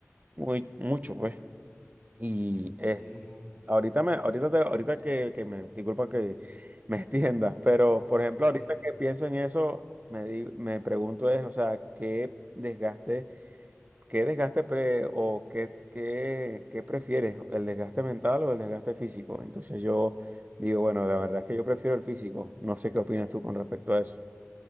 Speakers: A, on the right; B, in the centre.
A: muy, mucho, pues. Y
B: Sí, no,
A: Ahorita me, ahorita te- ahorita que, que me, disculpa que me <laughs> extiendas, pero por ejemplo,
B: tranquilo.
A: ahorita que pienso en eso, me di- me pregunto es, o sea, ¿qué desgaste, qué desgaste pre- o qué, qué, qué prefieres, el desgaste mental o el desgaste físico? Entonces yo digo, bueno, la verdad es que yo prefiero el físico. No sé qué opinas tú con respecto a eso.